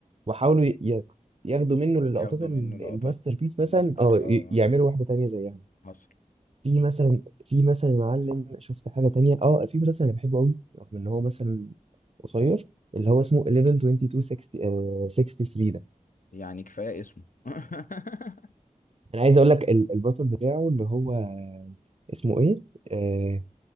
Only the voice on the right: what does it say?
وحاولوا ي- ي- ياخدوا منه اللقطات
ال-
الماستر بيس مثلا
اه
ي-
يعملوا واحده تانية زيها
في مثلا في مثلا يا معلم شفت حاجه تانية اه في مسلسل انا بحبه قوي رغم ان هو مثلا قصير اللي هو اسمه 11 22 60 63
انا عايز اقول لك ال- البطل بتاعه اللي هو اسمه ايه آه